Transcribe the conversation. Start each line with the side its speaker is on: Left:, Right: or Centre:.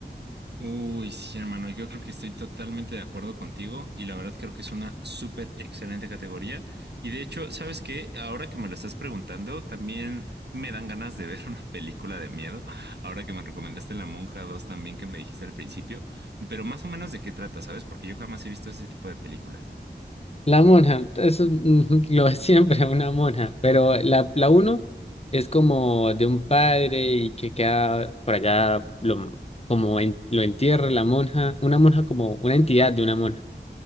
Right: Uy, sí, hermano, yo creo que estoy totalmente de acuerdo contigo y la verdad creo que es una súper excelente categoría. Y de hecho, ¿sabes qué? Ahora que me lo estás preguntando, también me dan ganas de ver <laughs> una película de miedo. Ahora que me recomendaste La Monja 2 también que me dijiste al principio, pero más o menos de qué trata, ¿sabes? Porque yo jamás he visto ese tipo de películas.
Left: La monja, eso es mm, <laughs> lo es siempre, una monja, pero la, la uno es como de un padre y que queda por allá, lo, como en- lo entierra la monja, una monja como una entidad de una monja.